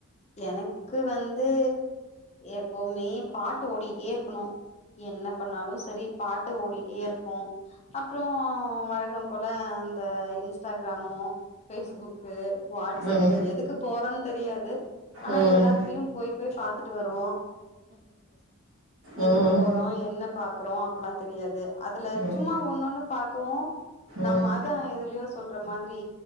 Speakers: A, on the left; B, on the right.
A: எனக்கு வந்து எப்போமே பாட்டு ஓடிட்டே இருக்குணு என்ன பண்ணாலு செரி பாட்டு ஓடிட்டேருக்கு அப்றொ வழகம் போல அந்த இன்ஸ்டாகிராமு பேஸ்புக்கு வாட்ஸ்
B: ம்
A: அப் எதுக்கு போறோன் தெரியாது ஆன்னா
B: ம்
A: எல்லாத்லியு போய் போய் பாத்துட்டு வருவோ எதுக்கு
B: ம்
A: போறோ என்ன பாக்குறோ அப் ல்லா தெரியாது அதுல
B: ம்
A: சும்மா ஒன்னொண்ணு பாக்கவு நம்ம
B: ம்
A: அத் தா எதுலியோ சொல்ற மாதிரி